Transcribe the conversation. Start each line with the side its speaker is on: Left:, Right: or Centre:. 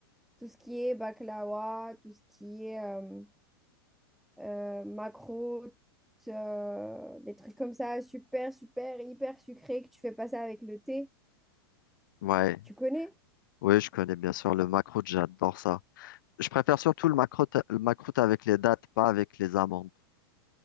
Centre: tout ce qui est baklawa, tout ce qui est euh, euh, macro, euh, des trucs comme ça, super, super, hyper sucrés que tu fais passer avec le thé.
Left: Ouais,
Centre: Tu connais?
Left: oui, je connais bien sûr le macroute, j'adore ça. Je préfère surtout le macroute, le macroute avec les dattes, pas avec les amandes.